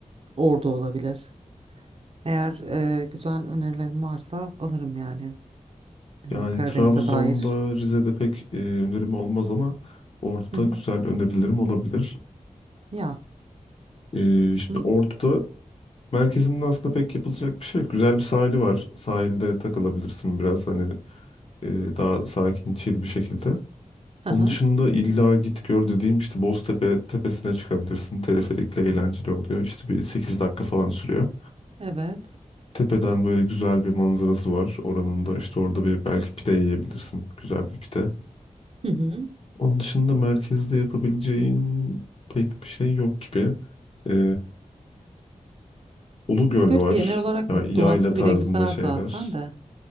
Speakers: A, on the right (about 50°); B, on the left (about 45°).
A: Ordu olabilir. Eğer eee, güzel önerilerim varsa alırım yani eee,
B: Yani
A: Karadeniz'e
B: Trabzon'da,
A: dair.
B: Rize'de pek e, önerim olmaz ama Ordu'da
A: Hı hı.
B: güzel önerilerim olabilir.
A: Ya.
B: Ee, şimdi
A: Hı.
B: Ordu'da Merkezinde aslında pek yapılacak bir şey yok. Güzel bir sahili var. Sahilde takılabilirsin biraz hani e, daha sakin, chill bir şekilde.
A: Hı
B: Onun
A: hı.
B: dışında illa git gör dediğim işte Boztepe tepesine çıkabilirsin. Teleferikle eğlenceli oluyor. İşte bir 8 dakika falan sürüyor.
A: Evet.
B: Tepeden böyle güzel bir manzarası var oranın da. İşte orada bir belki pide yiyebilirsin. Güzel bir pide.
A: Hı hı.
B: Onun dışında merkezde yapabileceğin pek bir şey yok gibi. Ee, Ulugöl
A: Böyle
B: var.
A: genel olarak
B: Ya- yayla
A: doğası
B: tarzında
A: bile güzel
B: şeyler.
A: zaten de